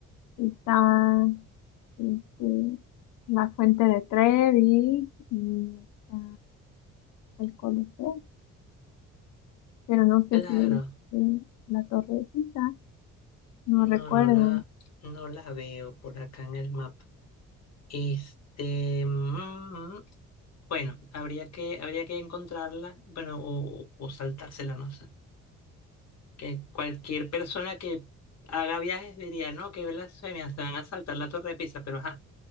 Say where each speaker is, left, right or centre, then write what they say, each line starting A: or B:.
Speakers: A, on the left; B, on the left.
A: está este, la Fuente de Trevi y está el Coliseo, pero no sé
B: Claro,
A: si si la Torre de Pisa, no
B: no,
A: recuerdo.
B: no la, no la veo por acá en el mapa. Este, mm, mm, mm. bueno, habría que, habría que encontrarla, bueno, o, o saltársela, no sé. que cualquier persona que haga viajes diría, no, qué blasfemia, se van a saltar la Torre de Pisa, pero ajá,